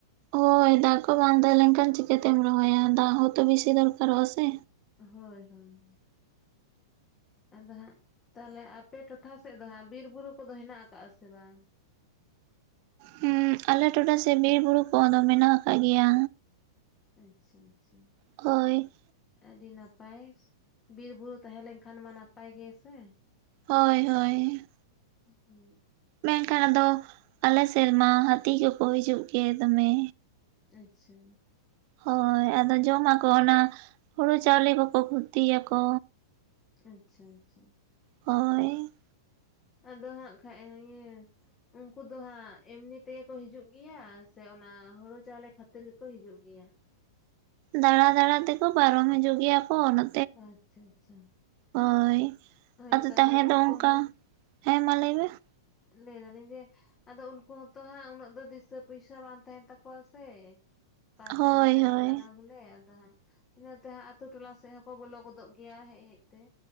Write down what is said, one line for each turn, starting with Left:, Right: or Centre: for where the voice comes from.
Right: ᱦᱳᱭ ᱫᱟᱜ ᱠᱚ ᱵᱟᱝ ᱛᱟᱦᱮᱸ ᱞᱮᱱᱠᱷᱟᱱ ᱪᱤᱠᱟᱹᱛᱮᱢ ᱨᱚᱦᱚᱭᱟ᱾ ᱫᱟᱜ ᱦᱚᱸᱛᱚ ᱵᱮᱥᱤ ᱫᱚᱨᱠᱟᱨᱚᱜ-ᱟ ᱥᱮ᱾
Left: ᱦᱳᱭ - ᱦᱳᱭᱼᱦᱳᱭ ᱟᱫᱚ ᱦᱟᱸᱜ ᱛᱟᱦᱚᱞᱮ ᱟᱯᱮ ᱴᱚᱴᱷᱽᱟ ᱥᱮᱫ ᱫᱚ ᱦᱟᱸᱜ, ᱵᱤᱨ ᱵᱩᱨᱩ ᱠᱚᱼᱫᱚ ᱦᱮᱱᱟᱜ ᱟᱠᱟᱜ-ᱟ ᱥᱮ ᱵᱟᱝ?
Right: ᱦᱩᱸ ᱟᱞᱮ ᱴᱚᱴᱷᱽᱟ ᱥᱮᱜ ᱵᱤᱨ ᱵᱩᱨᱩ ᱠᱚᱼᱫᱚ ᱢᱮᱱᱟᱜ ᱟᱠᱟᱜ ᱜᱮᱭᱟ᱾
Left: ᱟᱪᱪᱷᱟ - ᱟᱪᱪᱷᱟ᱾
Right: ᱦᱳᱭ
Left: ᱟᱹᱰᱤ ᱱᱟᱯᱟᱭ ᱵᱤᱨ ᱵᱩᱨᱩ ᱛᱟᱦᱮᱸ ᱞᱮᱱ ᱠᱷᱟᱱ ᱢᱟ᱾ ᱱᱟᱯᱟᱭ ᱜᱮ ᱥᱮ
Right: ᱦᱳᱭ - ᱦᱳᱭ᱾
Left: ᱦᱩᱸ
Right: ᱢᱮᱱᱠᱷᱟᱱ ᱟᱫᱚ ᱟᱞᱮ ᱥᱮᱨᱢᱟ, ᱦᱟᱹᱛᱤ ᱠᱚᱼᱠᱚ ᱦᱤᱡᱩᱜ ᱜᱮ ᱫᱚᱢᱮ᱾
Left: ᱟᱪᱪᱷᱟ
Right: ᱦᱳᱭ ᱟᱫᱚ ᱡᱚᱢᱟᱠᱚ ᱚᱱᱟ, ᱦᱩᱲᱩ ᱪᱟᱣᱞᱮ ᱠᱚᱼᱠᱚ ᱠᱷᱚᱛᱤᱭᱟᱠᱚ᱾
Left: ᱟᱪᱪᱷᱟ - ᱟᱪᱪᱷᱟ
Right: ᱦᱳᱭ
Left: ᱟᱫᱚ ᱦᱟᱸᱜ ᱠᱷᱟᱡ ᱤᱭᱟᱹ ᱩᱱᱠᱩ ᱫᱚ ᱦᱟᱸᱜ ᱮᱢᱱᱤ ᱛᱮᱜᱮ ᱠᱚ ᱦᱤᱡᱩᱜ ᱜᱮᱭᱟ᱾ ᱥᱮ ᱚᱱᱟ ᱦᱩᱲᱩ ᱪᱟᱣᱞᱮ ᱠᱷᱟᱹᱛᱤᱨ ᱜᱮᱠᱚ ᱦᱤᱡᱩᱜ ᱜᱮᱭᱟ᱾
Right: ᱫᱟᱬᱟᱸ ᱫᱟᱬᱟᱸ ᱛᱮᱠᱚ ᱯᱟᱨᱚᱢ ᱦᱤᱡᱩᱼᱜ ᱜᱮᱭᱟ᱾ ᱠᱚ ᱚᱱᱟ
Left: ᱟᱪᱪᱷᱟ - ᱟᱪᱪᱷᱟ᱾
Right: ᱦᱳᱭ ᱾
Left: ᱦᱳᱭᱛᱚ
Right: ᱟᱫᱚ ᱛᱟᱦᱮ
Left: ᱩᱱᱠᱩ
Right: ᱫᱚ ᱚᱱᱠᱟ
Left: ᱦᱚᱸ
Right: ᱦᱮᱸ ᱢᱟ ᱞᱟᱹᱭ ᱢᱮ ᱾
Left: ᱞᱟᱹᱭ ᱫᱟᱞᱤᱧ ᱡᱮ ᱟᱫᱚ ᱩᱱᱠᱩ ᱦᱚᱸᱛᱚ ᱦᱟᱸᱜ, ᱩᱱᱟᱹᱜ ᱫᱚ ᱫᱤᱥᱟᱹ ᱯᱚᱭᱥᱟ ᱵᱟᱝ ᱛᱟᱦᱮᱱ ᱛᱟᱠᱚᱣᱟ ᱥᱮ ᱾ ᱚᱠᱟ
Right: ᱦᱳᱭ
Left: ᱥᱮᱜ ᱞᱮ ᱪᱟᱞᱟᱜ
Right: ᱦᱳᱭ
Left: ᱠᱟᱱᱟ ᱵᱚᱞᱮ ᱾ ᱟᱫᱚ ᱦᱟᱸᱜ ᱤᱱᱟᱹ ᱛᱮᱦᱟᱸᱜ ᱟᱛᱳ ᱴᱚᱞᱟ ᱥᱮᱜ ᱦᱚᱸ ᱠᱚ ᱵᱚᱞᱚ ᱜᱚᱫᱚᱜ ᱜᱮᱭᱟ ᱦᱮᱡ ᱦᱮᱡᱛᱮ